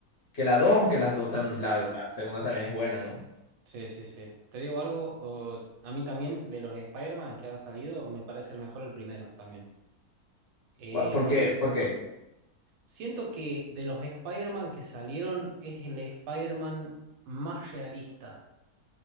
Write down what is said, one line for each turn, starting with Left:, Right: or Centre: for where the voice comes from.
Left: que la dos aunque las dos tam-
Right: Mm,
Left: la, la segunda también es buena, ¿no?
Right: sí, sí, sí. Te digo algo, o- a mí también de los Spider-Man que han salido, me parece el mejor el primero también. Eh,
Left: Gua- ¿Por qué? ¿Por qué?
Right: siento que de los Spider-Man que salieron es el Spider-Man más realista.